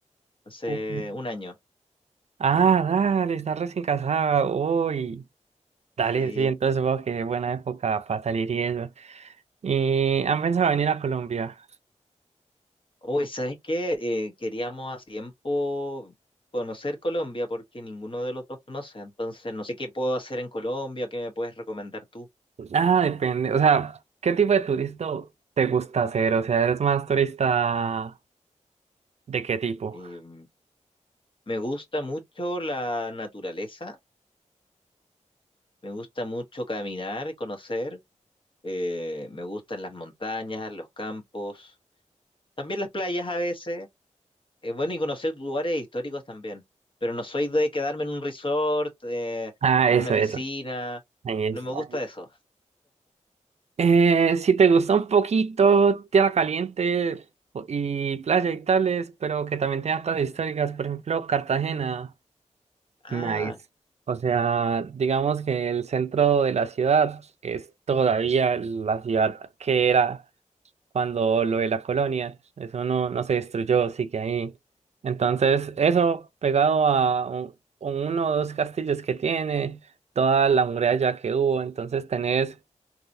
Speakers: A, on the left; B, on the right.
A: hace
B: Ujú.
A: un año.
B: Ah, dale, estás recién casada. Uy, dale,
A: Sí,
B: sí, entonces supongo que buena época para salir y eso. ¿Y han pensado venir a Colombia?
A: Uy, ¿sabes qué? Eh, queríamos hace tiempo conocer Colombia porque ninguno de los dos conoce, entonces no sé qué puedo hacer en Colombia, qué me puedes recomendar tú.
B: Ah, depende. O sea, ¿qué tipo de turista te gusta hacer? O sea, ¿eres más turista de qué tipo?
A: Em, me gusta mucho la naturaleza, me gusta mucho caminar y conocer, eh, me gustan las montañas, los campos, también las playas a veces, eh, bueno, y conocer lugares históricos también, pero no soy de quedarme en un resort, eh,
B: Ah,
A: en
B: eso,
A: una piscina,
B: eso. Ahí está.
A: no me gusta eso.
B: Eh, si te gusta un poquito tierra caliente o- y playa y tales, pero que también tenga cosas históricas, por ejemplo, Cartagena,
A: Ah,
B: nice. O sea, digamos que el centro de la ciudad es todavía la ciudad que era cuando lo de la colonia, eso no, no se destruyó, sigue ahí. Entonces, eso pegado a un- uno o dos castillos que tiene, toda la muralla que hubo, entonces tenés